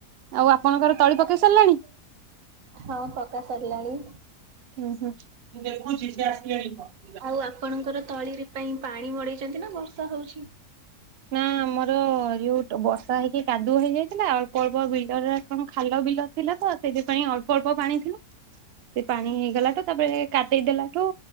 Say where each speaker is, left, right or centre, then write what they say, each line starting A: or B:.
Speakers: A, on the right (about 80°); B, on the right (about 60°).
A: ଆଉ ଆପଣଙ୍କର ତଳି ପକେଇ ସାରିଲେଣି।
B: ହଁ ପକା ସରିଲାଣି।
A: ଉଁ ହୁଁ ମୁଁ ଦେଖୁଛି ସେ ଆସିଲେଣି କି କଣ?
B: ଆଉ ଆପଣଙ୍କର ତଳି ରି ପାଇଁ ପାଣି ମଡେଇଛନ୍ତି ନା ବର୍ଷା ହଉଛି?
A: ନାଁ। ଆମର ଯୋଉ ବର୍ଷା ହେଇକି କାଦୁଅ ହେଇଯାଇଥିଲା ଅଳ୍ପ ଅଳ୍ପ ବିଲରେ କଣ ଖାଲ ବିଲ ଥିଲା ତ ସେଥିପାଇଁ ଅଳ୍ପ ଅଳ୍ପ ପାଣି ଥିଲା। ସେ ପାଣି ହେଇଗଲାତ୍ ତାପରେ କାଦେଇ ଦେଲାଠୁ